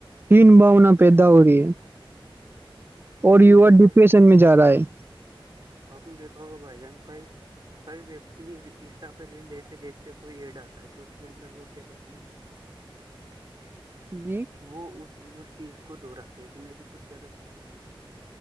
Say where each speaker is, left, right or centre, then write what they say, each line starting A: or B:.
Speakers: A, on the right (about 25°); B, on the right (about 50°).
A: ہیین بھونا پیدا ہو رہی ہے اور
B: آپ
A: یوا
B: نے دیکھا
A: ڈپریشن میں جا رہا ہے
B: آپ نے دیکھا ہوگا بھائی جان کائی کئی ویکتی انسٹا پہ ریل دیکھتے دیکھتے کوئی ایڈ آتا ہے تو اس کے اندر وہ کیا کرتے ہیں
A: جی
B: وہ اس اس چیز کو دہرے ہے کہ میں بھی کچھ زیادہ پش مولوں